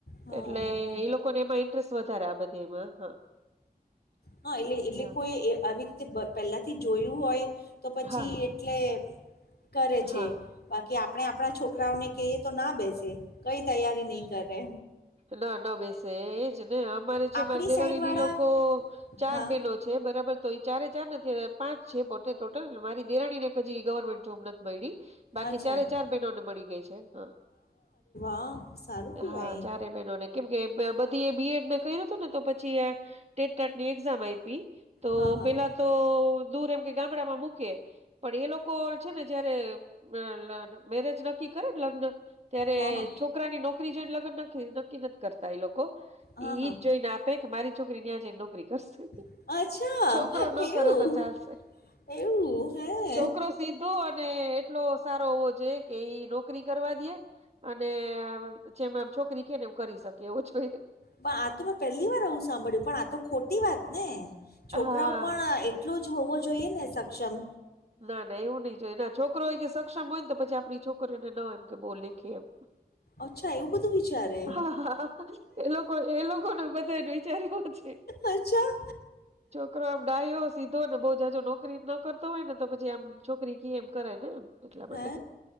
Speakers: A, on the left; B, on the right.
A: હા
B: એટલે એ લોકોને એમાં ઇન્ટરેસ્ટ વધારે આ બધી એમાં હા
A: હહ એટલે એટલે
B: હા
A: કોઈ આવી રીતે પહેલાથી જોયું હોય તો પછી
B: હા
A: એટલે કરે છે.
B: હા.
A: બાકી આપણે આપણા છોકરાઓને કહીએ તો ના બેસે કઈ તૈયારી નહીં કરે.
B: ન ન બેસે એ એજ ને અમારે
A: આપણી
B: છે માર દેરાણી
A: સાઈડ
B: ને
A: વાળા
B: ઈ લોકો ચાર
A: હા
B: બહેનો છે બરાબર તો ઈ ચારે ચાર ને અત્યારે પાંચ છે પોતે ટોટલ મારી દેરાણીને એક હજી ગવર્મેન્ટ જોબ નથ મયડી. બાકી
A: અચ્છા
B: ચારે ચાર બહેનોને મળી ગઈ છે હહ
A: હહ સારું કેવાય
B: હા ચારે બહેનોને કેમ કે બધી એ બીએડ ને કર્યું તું ને તો પછી એ ટેટ ટાટની એક્ઝામ આયપી તો
A: હા હા
B: પેલા તો દૂર એમ કે ગામડામાં મૂકે. પણ એ લોકો છે ને જયારે અ મેરેજ નક્કી કરે ને લગ્ન ત્યારે
A: હા હા
B: છોકરાની નોકરી જોઈને લગન નકી નક્કી નથી કરતા ઈ લોકો
A: હા
B: ઈ ઈ જ જોઈને આપ પે કે મારી છોકરી નયા જઈ ને નોકરી કરશે,
A: હા અચ્છા
B: છોકરો ન
A: એવું
B: કરે તો ચાલશે.
A: એવું હે?
B: છોકરો સીધો અને એટલો સારો હોવો જોઈએ કે ઈ નોકરી કરવા દે અને જેમ આમ છોકરી કે ને એમ કરી શકયે એવો જોઈએ.
A: મા આતો મેં પેલ્લી વાર એવું સાંભળ્યું પણ આ તો ખોટી વાતને છોકરાઓ
B: હા
A: પણ એ એટલો જ હોવો જોઈએ ને સક્ષમ.
B: ના ના એવું નઈ જો એના છોકરો ઈ કે સક્ષમ હોય ને તો પછી આપણી છોકરીઓને ન એમ કે બહુ લેખે એમ.
A: અચ્છા એવું બધું વિચારે
B: હા હા, એ લોકો એ લોકોને બધાને વિચાર એવો છે.
A: અચ્છા
B: છોકરો આમ ડાયો, સીધો ને બહુ જાજો નોકરી ન કરતો હોય ને તો પછી આમ છોકરી કે એમ કરે ને એમ. એટલા
A: હે
B: માટે